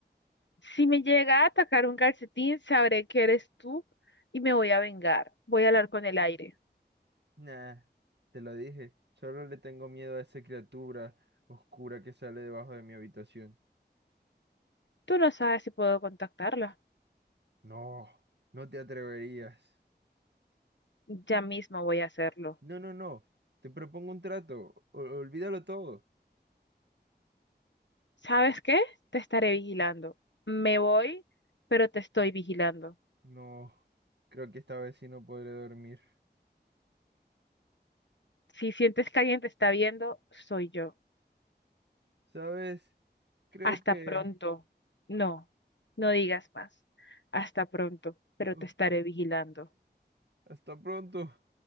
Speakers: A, on the left (about 90°); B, on the right (about 75°).
A: Si me llega a atacar un calcetín, sabré que eres tú y me voy a vengar. Voy a hablar con el aire.
B: Nah, te lo dije, solo le tengo miedo a esa criatura oscura que sale debajo de mi habitación.
A: Tú no sabes si puedo contactarla.
B: No, no te atreverías.
A: Ya mismo voy a hacerlo.
B: No, no, no, te propongo un trato, o- olvídalo todo.
A: ¿Sabes qué? Te estaré vigilando. Me voy, pero te estoy vigilando.
B: No, creo que esta vez sí no podré dormir.
A: Si sientes que alguien te está viendo, soy yo.
B: Sabes, creo
A: Hasta
B: que...
A: pronto. No, no digas más. Hasta pronto, pero
B: Ok,
A: te estaré vigilando.
B: hasta pronto.